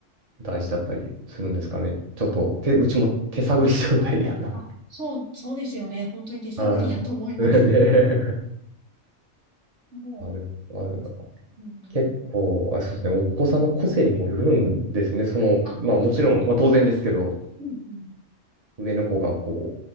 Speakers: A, on the right; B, on the right.
A: 大事だったりするんですかね。ちょっと、手、うちも手探り状態で、あの、
B: あ、そう、そうですよね。本当に手探りだと思います。
A: はい。それで、
B: も
A: <laughs> まあ、でも、まあ、
B: ううんうん。
A: 結構、あ、そうですね、お子さんの個性にもよるんですね。その、
B: あ、
A: まあもちろん、まあ当然ですけど、
B: うんうん。
A: 上の子がこ